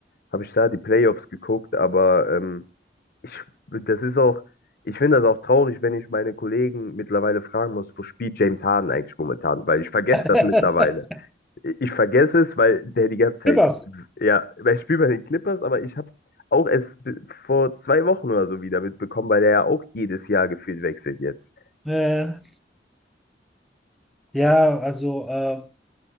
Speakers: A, on the left; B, in the centre.
A: habe ich da die Playoffs geguckt, aber ähm, ich, das ist auch, ich finde das auch traurig, wenn ich meine Kollegen mittlerweile fragen muss, wo spielt James Harden eigentlich momentan, weil ich vergesse
B: <laughs>
A: das mittlerweile. Ich vergesse es, weil der die ganze Zeit
B: Pippers.
A: ja, weil ich spiele bei den Clippers, aber ich habe es auch erst b- vor zwei Wochen oder so wieder mitbekommen, weil der ja auch jedes Jahr gefühlt wechselt jetzt.
B: Äh, ja, also, äh,